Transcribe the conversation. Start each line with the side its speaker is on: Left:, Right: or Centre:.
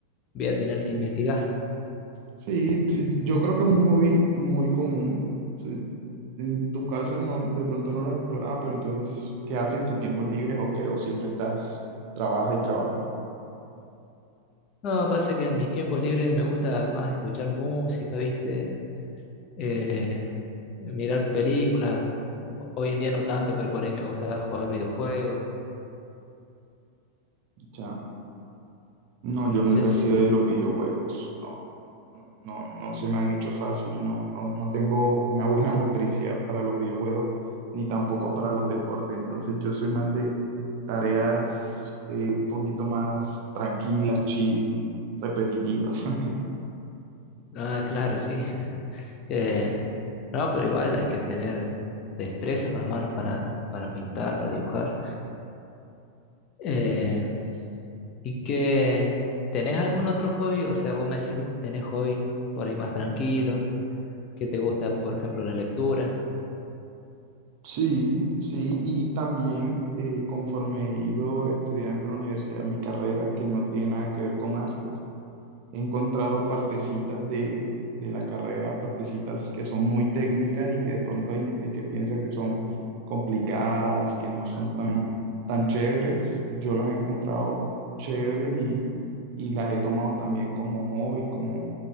Left: voy a tener que investigar.
Right: Sí, sí, yo creo que es un hobby muy común. Sí, En tu caso no, de pronto no lo has explorado, pero entonces, ¿qué haces en tus tiempos libres o qué? ¿O siempre estás, trabaja y trabaja?
Left: No, pasa que en mis tiempos libres me gusta más escuchar música, ¿viste? Eh, mirar películas. Hoy en día no tanto, pero por ahí me gustaba jugar videojuegos.
Right: Ya. No, yo
Left: No
Right: nunca
Left: sé
Right: he
Left: si...
Right: sido de los videojuegos. No, no, no, no se me han hecho fácil. No, no, no tengo una buena <laughs> motricidad para los videojuegos, ni tampoco para los deportes. Entonces yo soy más de tareas eh, un poquito más tranquilas, chill, repetitivas. <laughs>
Left: Ah, claro, sí. <laughs> Eh, no, pero igual hay que tener destreza con las manos para, para pintar, para dibujar. Eh, ¿y que tenés algún otro hobby? O sea, vos me decís que tenés hobbies por ahí más tranquilos, que te gusta, por ejemplo, la lectura.
Right: Sí, sí, y también eh, conforme he ido estudiando en la universidad, mi carrera, que no tiene nada que ver con artes. he encontrado partecitas de, de la carrera, partecitas que son muy técnicas y que de pronto hay gente que piensa que son complicadas, que no son tan, tan chéveres. Yo las he encontrado chéveres y, y las he tomado también como hobby, como,